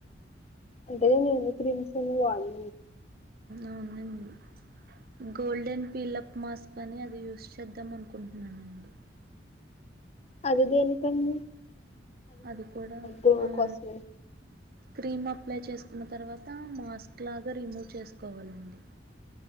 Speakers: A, on the left (about 35°); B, on the right (about 55°).
A: అంటే నేమ క్రీమ్స్ అన్ని వడలే
B: అవునండి గోల్డెన్ పీలప్ మాస్క్ అని అది చేద్దాం అనుకుంటున్నానండి
A: అది దేనికండి
B: అది కూడా
A: గ్లో
B: ఆ
A: కోసమే
B: క్రీమ్ అప్ ప్లై చేసుకున్న తర్వాత మాస్క్లాగా రిమూవ్ చేసుకోవాలండి